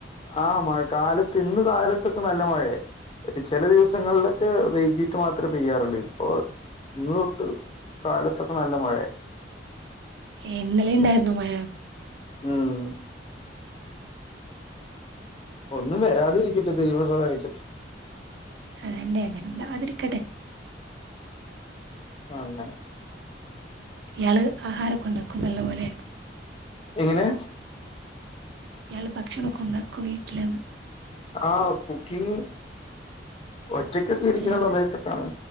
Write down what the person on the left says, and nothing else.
ആഹ് മഴ കാലത്ത് ഇന്ന് കാലത്തൊക്കെ നല്ല മഴയെ ചില ദിവസങ്ങളിലൊക്കെ വൈകിട്ട് മാത്രേ പെയ്യാറുള്ളൂ ഇപ്പൊ ഇന്ന് തൊട്ട് കാലത്തൊക്കെ നല്ല മഴയ
ഉം ഒന്നും വരാതിരിക്കട്ടെ ദൈവം സഹായിച്ചിട്ട്
ആങ്ങനെ
എങ്ങനെ
ആ കുക്കിംഗ് ഒറ്റക്കൊക്കെ ഇരിക്കുന്ന
സമയത്തൊക്കാണ്